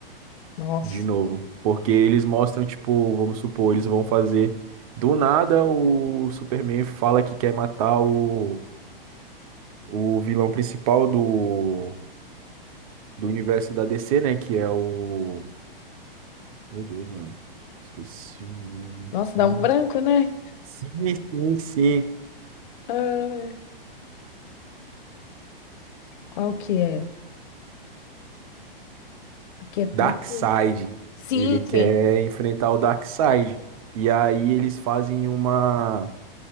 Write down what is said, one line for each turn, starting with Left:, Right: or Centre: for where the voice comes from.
Left: Nossa,
Right: de novo. Porque eles mostram, tipo, vamos supor, eles vão fazer. Do nada, o Superman fala que quer matar o, o vilão principal do, do universo da DC, né? Que é o. Meu Deus, mano. Esqueci o nome.
Left: nossa,
Right: aqui.
Left: dá um branco, né?
Right: Sim, sim, sim.
Left: Ah, qual que é? Aqui é tanto.
Right: Darkseid.
Left: Sim,
Right: Ele quer
Left: sim,
Right: enfrentar o Darkseid. E aí eles fazem uma,